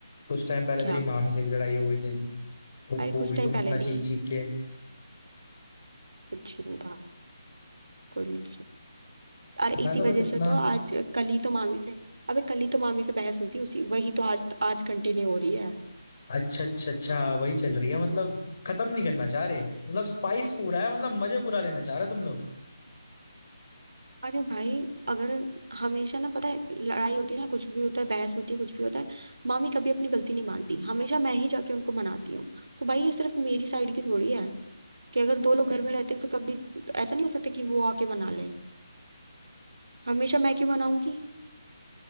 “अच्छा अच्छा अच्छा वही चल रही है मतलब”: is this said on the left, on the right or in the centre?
Left